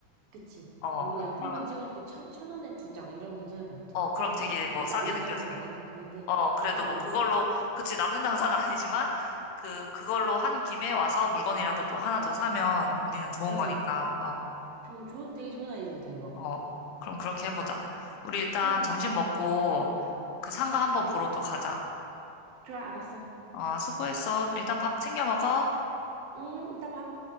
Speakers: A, on the right; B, on the left.
A: 그치.
B: 어,
A: 뭐 그냥
B: 한장은
A: 한 번 찍을 때 천, 천 원에 두 장, 이러면 괜찮을 것 같아.
B: 어, 그럼 되게
A: 거의
B: 뭐 싸게
A: 남는
B: 느껴지니까.
A: 장사는 아닌 것 같긴 한데.
B: 어, 그래도
A: <laughs> 어,
B: 뭐 그걸로, 그치, 남는 당사는 <laughs> 아니지만, 그, 그걸로 한 김에 와서 물건이라도 또 하나 더 사면 우리는 좋은
A: 맞아.
B: 거니까, 어,
A: 좋은, 좋은, 되게 좋은 아이디어다, 이거.
B: 어. 그럼 그렇게 해보자. 우리 일단
A: 그래, 그래.
B: 점심 먹고 그 상가 한번 보러 또 가자.
A: 좋아, 알았어.
B: 어, 수고했어. 일단 밥 챙겨 먹어.
A: 응, 이따 봐.